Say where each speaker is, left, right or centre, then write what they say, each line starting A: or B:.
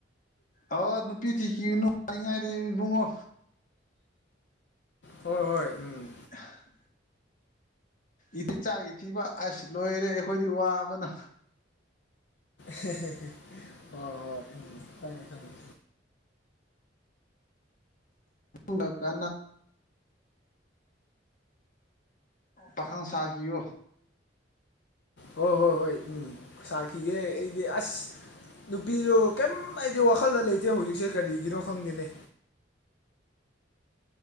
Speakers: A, on the left; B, on the left.
A: ꯑ ꯅꯨꯄꯤ ꯊꯤ ꯀ ꯅꯨꯅꯨꯡꯉꯅꯤꯡꯉꯥꯏꯗꯤ ꯨꯡꯉꯣ
B: ꯍꯣꯏ ꯍꯣꯏ
A: <unintelligible>
B: ꯎꯝ
A: ꯏꯗꯤ ꯆꯥꯛ ꯏ ꯊꯤꯕ ꯑꯁ ꯂꯣꯏꯔꯦ ꯑꯩꯈꯣꯏꯗꯤ ꯋꯥꯕꯅ
B: ꯍ ꯍ ꯎꯝ ꯐꯉꯦ ꯊꯉꯦ
A: ꯏꯕꯀ ꯄꯥꯈꯟ ꯁꯥꯀꯤꯣ
B: ꯍꯣꯏ ꯍꯣꯏ ꯍꯣꯏ ꯎꯝ ꯁꯥꯈꯤꯒꯦ ꯑꯩꯗꯤ ꯑꯁ ꯅꯨꯄꯤꯁꯨꯣ ꯀꯩꯝ ꯍꯥꯏꯗꯤ ꯋꯥꯈꯜꯗ ꯂꯩꯇꯦ ꯍꯧꯖꯤꯛꯁꯦ ꯀꯔꯤꯒꯤꯅꯣ ꯈꯪꯗꯦꯅꯦ